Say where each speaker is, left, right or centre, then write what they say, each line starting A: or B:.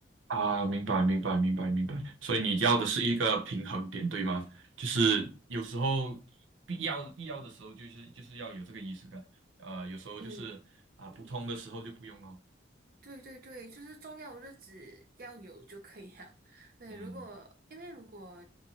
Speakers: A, on the right; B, on the right.
A: 啊，明白明白明白明白，所以你要的是一个平衡点，对吗？就是有时候必要必要的时候，就是就是要有这个仪式感，呃，有时候就是啊不通的时候就不用了，
B: 嗯。对对对，就是重要的日子要有就可以了。<laughs> 对，
A: 嗯，
B: 如果因为如果